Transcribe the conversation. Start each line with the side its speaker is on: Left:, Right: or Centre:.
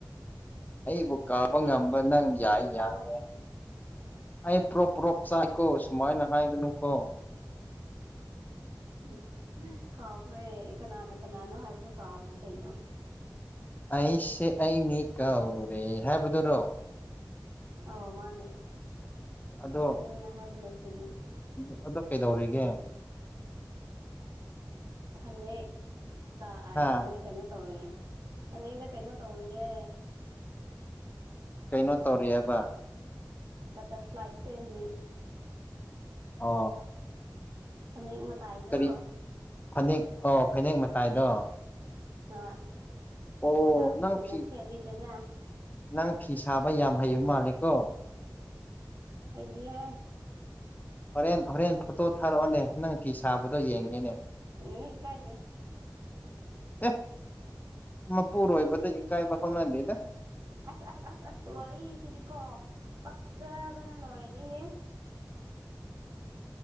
Left: ꯑꯩꯕꯨ ꯀꯥꯎꯕ ꯉꯝꯕ ꯅꯪ ꯌꯥꯏ
Right: ꯀꯥꯎ
Left: ꯌꯥꯏ ꯌꯥꯏ ꯑꯩ ꯄ꯭ꯔꯣꯛ ꯄ꯭ꯔꯣꯛ ꯆꯥꯛꯏꯀꯣ ꯁꯨꯃꯥꯏꯅ ꯍꯥꯏꯒꯅꯨ ꯀꯣ
Right: ꯎꯝ ꯀꯥꯎꯈ꯭ꯔꯦ ꯀꯅꯥꯅ ꯀꯅꯥꯅꯣ ꯍꯥꯏꯕꯁꯨ ꯀꯥꯎꯈ꯭ꯔꯦ ꯀꯩꯅꯣ
Left: ꯑꯩꯁꯦ ꯑꯩꯅꯤ ꯀꯧꯔꯨꯔꯦ ꯍꯥꯏꯕꯗꯨꯔꯣ
Right: ꯑꯥꯎ ꯃꯥꯅꯦ
Left: ꯑꯗꯣ
Right: ꯅꯪꯅ ꯍꯥꯏꯕꯗꯣ ꯆꯨꯝꯃꯦ
Left: <unintelligible> ꯀꯩꯗꯧꯔꯤꯒꯦ
Right: ꯐꯅꯦꯛ ꯇ
Left: ꯍꯥ
Right: ꯐꯅꯦꯛ ꯀꯩꯅꯣ ꯇꯧꯔꯤꯌꯦ ꯐꯅꯛꯇ ꯀꯩꯅꯣ ꯇꯧꯔꯤꯌꯦ
Left: ꯀꯩꯅꯣ ꯇꯧꯔꯤ ꯍꯥꯏꯕ
Right: ꯕꯥꯠꯇꯔꯐ꯭ꯂꯥꯏ ꯁꯦꯝꯃꯤ
Left: ꯑ
Right: ꯐꯅꯦꯛ ꯃꯇꯥꯏꯗꯣ
Left: ꯀꯔꯤ ꯐꯅꯦꯛ ꯑꯣ ꯐꯅꯦꯛ ꯃꯇꯥꯏꯗꯣ
Right: ꯍꯣꯏ
Left: ꯑꯣ
Right: ꯂꯩꯁꯥꯕꯤꯁꯤꯡꯅ
Left: ꯅꯪ ꯐꯤ
Right: ꯁꯦꯠꯂꯤꯗꯅ
Left: ꯅꯪ ꯐꯤ ꯁꯥꯕ ꯌꯥꯝ ꯍꯩꯕ ꯃꯥꯜꯂꯦ ꯀꯣ
Right: ꯍꯩꯗꯤꯌꯦ
Left: ꯍꯣꯔꯦꯟ ꯍꯣꯔꯦꯟ ꯐꯣꯇꯣ ꯊꯥꯔꯛꯑꯣꯅꯦ ꯅꯪ ꯐꯤ ꯁꯥꯕꯗꯣ ꯌꯦꯡꯉꯦꯅꯦ
Right: ꯏꯀꯥꯏꯖꯩ
Left: ꯑꯦ ꯃꯄꯨꯔꯣꯏꯕꯗ ꯏꯀꯥꯏꯕ ꯍꯧꯅꯗꯦꯗ
Right: ꯑꯁ ꯑꯁ ꯑꯁ ꯑꯁ ꯋꯥꯔꯤꯁꯤꯗꯤꯀꯣ ꯄꯛꯆꯕꯅ ꯂꯣꯏꯔꯦꯌꯦ